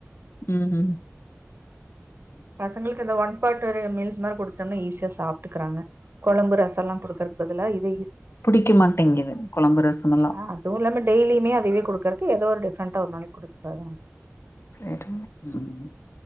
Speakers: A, on the left; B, on the right.
A: ம் ம்
B: பசங்களுக்கு இந்த ஒன் பார்ட் ஒரு மீல்ஸ் மாரி குடுத்துட்டோம்னா ஈஸியா சாப்ட்டுகுறாங்க கொழம்பு ரசம்லா குடுக்குறக் பதுலா இது
A: புடிக்க மாட்டேங்கிது கொழம்பு ரசமல்லா
B: ஆ அதுவு இல்லாம டெய்லியுமே அதவே குடுக்குறக்கு ஏதோ ஒரு டிஃப்ரண்டா ஒரு நாளைக்கி குடுக்குறதா
A: செரிங்க ம்